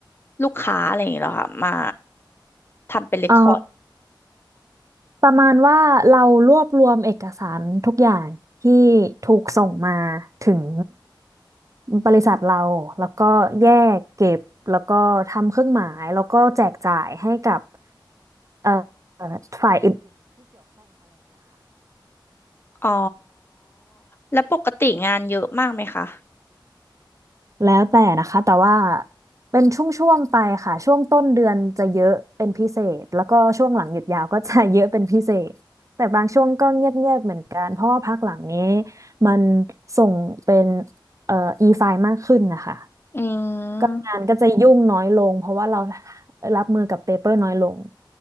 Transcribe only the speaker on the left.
ลูกค้าอะไรอย่างเงี้ยเหรอค่ะมาทำเป็นเรคคอร์ด
อ๋อ แล้วปกติงานเยอะมากไหมคะ
อื
ม